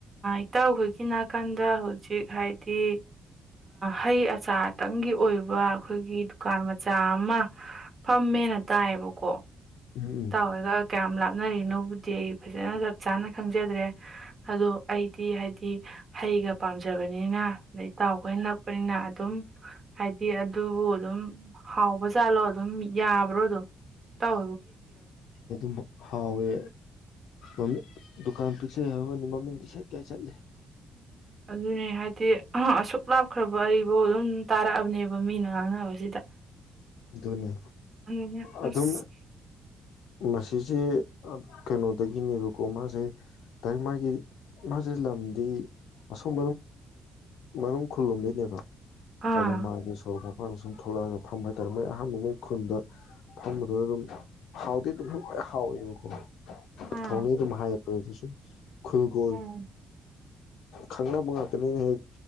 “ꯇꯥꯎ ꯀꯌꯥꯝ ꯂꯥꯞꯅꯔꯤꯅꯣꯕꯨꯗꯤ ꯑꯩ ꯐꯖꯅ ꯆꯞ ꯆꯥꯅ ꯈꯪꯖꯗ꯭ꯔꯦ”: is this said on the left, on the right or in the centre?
Right